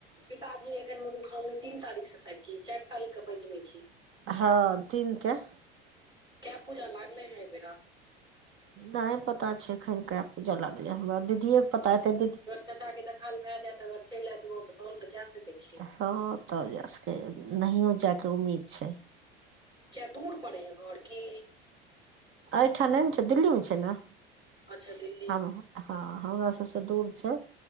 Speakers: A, on the right (about 15°); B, on the right (about 45°).
A: पिताजी एखन, मधुश्रावणी तीन तारीख से शायद की चार तारीख के पंचमी छी।
B: हँ तीन के।
A: कै पूजा लागले हैं एयबेरा
B: नहि पता छय एखन कैं पूजा लागलै, हमरा दीदीएके पता हतै दी
A: चचा के देखाल भै जैत, अगर चैल ऐत गांव तहन त जा सकै छियै न।
B: हाँ तब जा सकैय, नहियो जाय के उम्मीद छै।
A: क्या दूर पड़ै या घर की।
B: ऐंहठा नहि न छैय दिल्ली मे छैय न।
A: अच्छा दिल्-
B: हम हाँ हमरा सबसे दूर छैय,